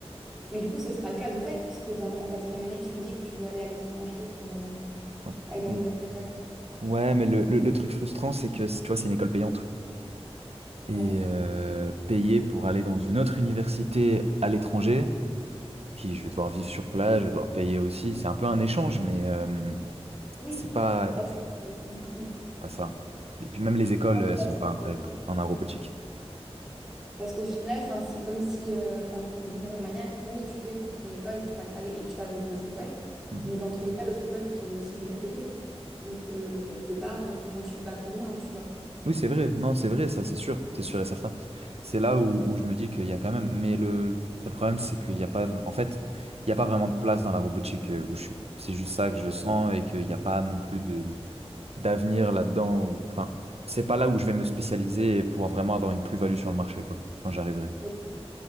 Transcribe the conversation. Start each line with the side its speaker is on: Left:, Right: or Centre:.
Centre: Mais du coup, ce sera le cas de fait, puisque dans, en quatrième année, tu me dis que tu dois aller à l'étranger pour euh,
Right: Donc,
Centre: aller
Right: où-
Centre: dans une autre école.
Right: Ouais, mais le, le- le truc frustrant, c'est que, tu vois, c'est une école payante. Et
Centre: Ouais.
Right: euh, payer pour aller dans une autre université à l'étranger, qui je vais devoir vivre sur place, je vais devoir payer aussi. C'est un peu un échange, mais euh,
Centre: Oui.
Right: c'est pas,
Centre: Parce
Right: c'est
Centre: que, euh, mm.
Right: pas ça. Et puis même les écoles,
Centre: Ouais, mais
Right: elles
Centre: parce-
Right: sont pas incroyables en aérobotique.
Centre: Parce qu'au final, enfin, c'est comme si, euh, enfin, d'une certaine manière, oui, tu payes pour ton école pour aller, aller- et tu vas dans une autre école,
Right: Mhm.
Centre: mais dans tous les cas, l'autre école, tu aurais aussi dû la payer. Donc, euh, quelque part, euh, enfin, tu peux pas pour rien, tu vois.
Right: Oui, c'est vrai. Non, c'est vrai, ça, c'est sûr. C'est sûr et certain. C'est là où, où je me dis qu'il y a quand même. Mais le seul problème, c'est qu'il n'y a pas. vra- En fait, il n'y a pas vraiment de place dans la robotique euh, où je suis. C'est juste ça que je
Centre: Ok.
Right: sens et qu'il n'y a pas non plus de d'avenir là-dedans. ou- Enfin, c'est pas là où je vais me spécialiser et pouvoir vraiment avoir une plus-value sur le marché, quoi, quand j'arriverai.
Centre: Ok.